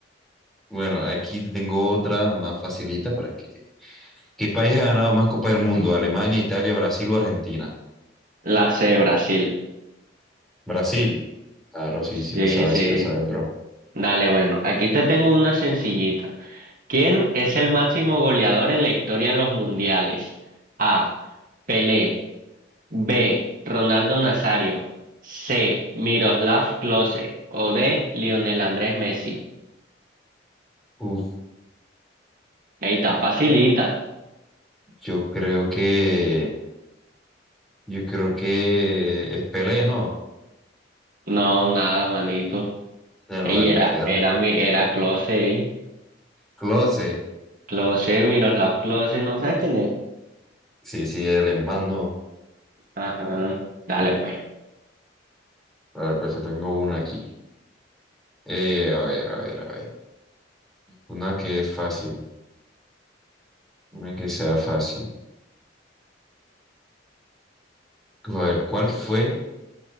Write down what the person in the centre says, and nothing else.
Bueno, aquí te tengo otra más facilita para que... ¿Qué país ha ganado más Copas del Mundo? ¿Alemania, Italia, Brasil o Argentina?
Brasil. Claro, sí,
sí le sabes,
sí le sabes, bro.
Uf,
yo creo que, yo creo que es Pelé, ¿no?
La modalidad
Klose.
Sí, sí, el alemán, no.
Vale, pues yo tengo una aquí. Eh, a ver, a ver, a ver. Una que es fácil, una que sea fácil. A ver, ¿cuál fue